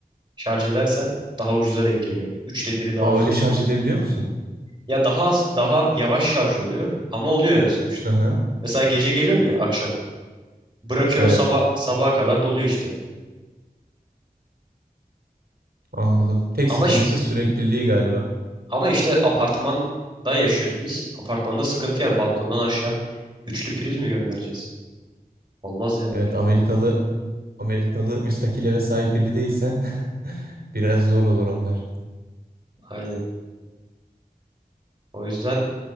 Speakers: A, on the right; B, on the right.
A: şarj edersen daha ucuza denk geliyor. Üçte biri daha
B: Aa
A: ucuza
B: öyle şarj
A: denk
B: edebiliyor musun?
A: Ya daha az, daha yavaş şarj oluyor ama oluyor yani sonuçta.
B: Hı hı.
A: Mesela gece geliyorsun ya akşam. Bırakıyorsun
B: evet
A: sabah sabaha kadar doluyor işte.
B: anladım. Tek
A: Ama
B: sıkıntısı
A: şi-
B: sürekliliği galiba.
A: ama işte apartmanda yaşıyoruz biz. Apartmanda sıkıntı yani balkondan aşağı üçlü priz mi göndereceğiz? Olmaz yani
B: Evet
A: öyle.
B: Amerikalı Amerikalı müstakil eve sahip biri değilsen <laughs> biraz zor olur onlar.
A: Aynen. O yüzden